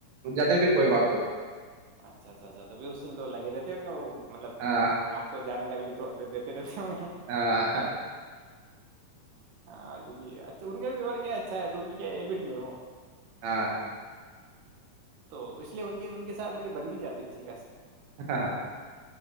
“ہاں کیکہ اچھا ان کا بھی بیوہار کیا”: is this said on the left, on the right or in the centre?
Right